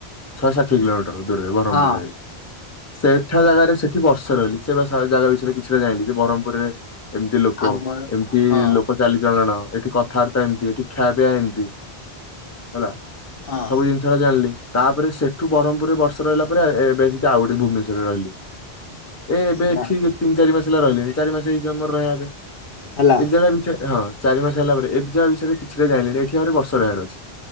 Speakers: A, on the left (about 15°); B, on the left (about 60°).
A: ଶହେ ଷାଠିଏ କିଲୋମିଟର ଦୂରରେ ବ୍ରହ୍ମପୁରରେ
B: ହଁ
A: ସେଇଠା ଜାଗାରେ ସେଠ ଏଠି ବର୍ଷେ ରହିଲି ସେ ବା ଜାଗା ବିଷୟରେ କିଛିଟା ଜାଇଁଲି ବରମପୁରରେ ଏମିତି ଲୋକ,
B: ଆମର
A: ଏମିତି
B: ହଁ
A: ଇ ଲୋକ ଚାଲିଚଳଣ, ଏଠି କଥାବାର୍ତ୍ତା ଏମିତି, ଏଠି ଖାଇବା ପିଇବା ଏମିତି। ହେଲା,
B: ହଁ
A: ସବୁ ଜିନିଷ ରା ଜାଣିଲି। ତାପରେ ସେଠୁ ବରମ୍ ପୁରରେ ବର୍ଷେ ରହିଲା ପରେ ଏବେ ଆସିକି ଆଉ ଗୋଟେ ଭୁବନେଶ୍ୱରରେ ରହିଲି। ଏ ଏବେ
B: ନା
A: ଠିକ୍ ତିନି ଚାରି ମାସେ ହେଲା ରହିଲେଣିି ଚାରି ମାସେ ହେଇଯିବ ମୋର ରହିବା ଏବେ।
B: ହେଲା
A: ଏ ଜାଗା ବିଚାରେ ହଁ ଚାରି ମାସେ ହେଲା ପରେ ଏବେ ଜାଗା ବିଷୟରେ କିଛିଟା ଜାଣିଲିନି ଏଠି ଆହୁରି ବର୍ଷେ ରହିବାର ଅଛି।